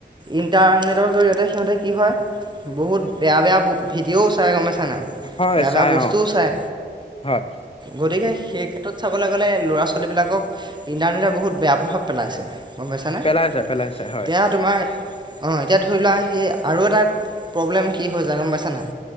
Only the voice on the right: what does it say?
ইণ্টাৰনেটৰ জৰিয়তে সিহঁতে কি হয় বহুত বেয়া বেয়া ভিডিঅ'ও চাই গম পাইছা নাই?
বেয়া
বেয়া বস্তুও
চাই।
গতিকে সেই ক্ষেত্ৰত চাবলৈ গ'লে ল'ৰা-ছোৱালীবিলাকক ইণ্টাৰনেটে বহুত বেয়া প্ৰভাৱ পেলাইছে। গম পাইছানে,
এতিয়া তোমাৰ অঁহ এতিয়া ধৰি লোৱা সেই আৰু এটা প্ৰব্লেম কি হৈ যায় গম পাইছা নাই?